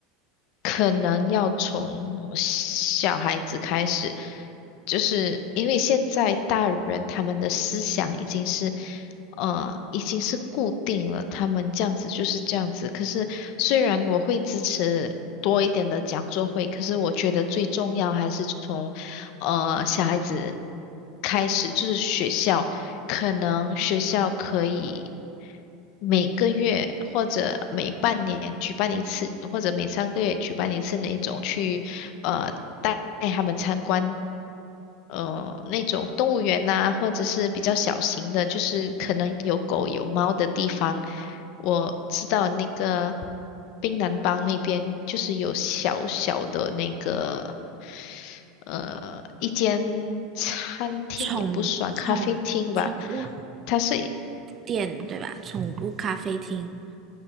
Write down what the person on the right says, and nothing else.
宠宠宠物宠物
店对吧？宠物咖啡厅，